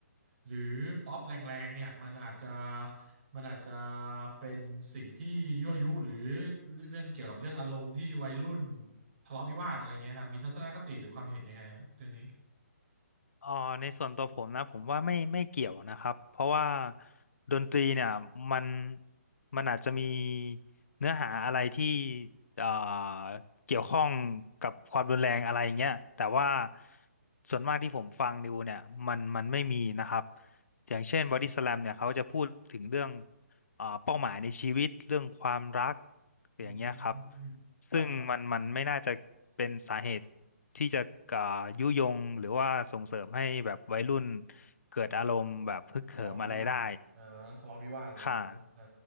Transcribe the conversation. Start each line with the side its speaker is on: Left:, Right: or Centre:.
Right: หรือป๊อปแรงๆเนี่ยมันอาจจะมันอาจจะเป็นสิ่งที่ยั่วยุหรือเรื่องเกี่ยวกับเรื่องอารมณ์ที่วัยรุ่นทะเลาะวิวาทอะไรเงี้ยครับมีทัศนคติหรือความเห็นยังไงฮะเรื่องนี้
Left: เอ่อในส่วนตัวผมนะผมว่าไม่ไม่เกี่ยวนะครับเพราะว่าดนตรีเนี่ยมันมันอาจจะมีเนื้อหาอะไรที่เอ่อเกี่ยวข้องกับความรุนแรงอะไรอย่างเงี้ยแต่ว่าส่วนมากที่ผมฟังดูเนี่ยมันมันไม่มีนะครับอย่างเช่นบอดี้สแลมเนี่ยเขาจะพูดถึงเรื่องเอ่อเป้าหมายในชีวิตเรื่องความรัก
Right: อื
Left: อย่างเงี้ยครับ
Right: มครับครับ
Left: ซึ่งมันมันไม่น่าจะเป็นสาเหตุที่จะอ่ายุยงหรือว่าส่งเสริมให้แบบวัยรุ่นเกิดอารมณ์แบบฮึกเหิมอะไรได้
Right: ทะเลาะวิวาทเออทะเลาะวิวาทอะไรอย่างเงี้ยนะเออ
Left: ค่ะ